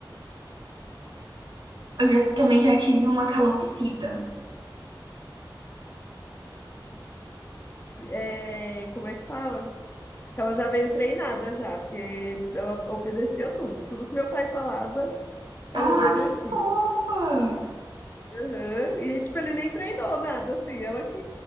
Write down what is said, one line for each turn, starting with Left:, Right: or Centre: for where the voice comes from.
Right: Eu já- também já tive uma calopsita.
Left: É, como é que fala? Que ela já veio treinada já, porque ela obedecia tudo. Tudo que meu pai falava, ela
Right: Ah,
Left: obedecia.
Right: que fofa!
Left: Aham. E, tipo, ele nem treinou nada, assim, ela que,